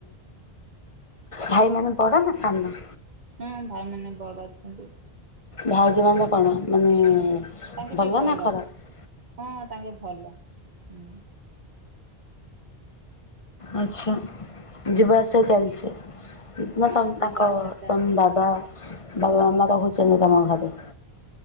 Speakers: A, on the left (about 35°); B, on the right (about 45°).
A: ଭାଇ ମାନେ ବଡ ନା ସାନ।
B: ହୁଁ ଭାଇ ମାନେ ବଡ ଅଛନ୍ତି।
A: ଭାଉଜମାନେ କଣ ମାନେ
B: ତାଙ୍କେ
A: ଭଲ
B: ବି ବଡ
A: ନା ଖରାପ
B: ହଁ ତାଙ୍କେ ଭଲ। ହୁଁ
A: ଆଛା ଯିବା ଆସିବା ଚାଲିଛି। ନା
B: ହଁ
A: ତମ
B: ଯିବା
A: ତାଙ୍କ
B: ଆସିବା ଚାଲିଛି।
A: ତମ ବାବା। ବାବା ମାମା ରହୁଛନ୍ତି ତମ ଘରେ।